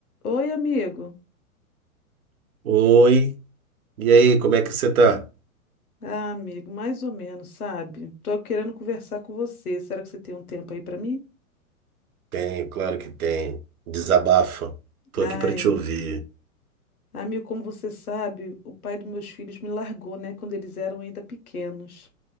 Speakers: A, on the left; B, on the right.
A: Oi, amigo.
B: Oi, e aí, como é que você tá?
A: Ah, amigo, mais ou menos, sabe? Tô querendo conversar com você. Será que você tem um tempo aí pra mim?
B: Tenho, claro que tenho. Desabafa. Tô
A: Ai,
B: aqui pra te ouvir.
A: amigo, como você sabe, o pai dos meus filhos me largou, né, quando eles eram ainda pequenos.